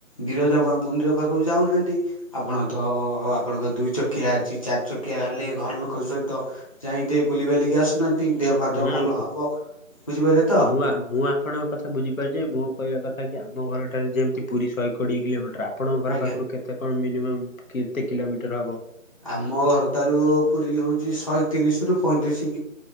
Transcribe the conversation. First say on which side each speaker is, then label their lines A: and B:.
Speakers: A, on the left (about 25°); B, on the left (about 85°).
A: ବିରଜାମା ମନ୍ଦିର ପାଖକୁ ଯାଉନାହାନ୍ତି ଆପଣ ତ ଆପଣଙ୍କ ଦୁଇ ଚକିଆ ଅଛି ଚାରି ଚକିଆ ହେଲେ ଘର ଲୋକ ଯାଇ ବୁଲି ବଲିକି ଆସୁନାହାନ୍ତି ଦେହ <unintelligible>
B: ହୁଁ କୁହ
A: ହବ ବୁଝିପାରିଲେ ତ
B: ମୁଁ ମୁଁ ଆପଣଙ୍କ କଥା ବୁଝିପାରୁଛି । ଯେ ମୁଁ କହିବା କଥା କି ଆମ ଘର ଠାରୁ ଯେମିତି ପୁରୀ ଶହେ କୋଡିଏ କିଲୋମିଟର ଆପଣଙ୍କ ଘର
A: ଆଜ୍ଞା।
B: ପାଖରୁ କେତେ ମିନିମ୍ୟାମ କେତେ କିଲୋମିଟର ହବ ।
A: ଆମ ଘରଠାରୁ ପୁରୀ ହଉଛି ଶହେତିରିଶ ରରୁ ପଇଁତିରିଶ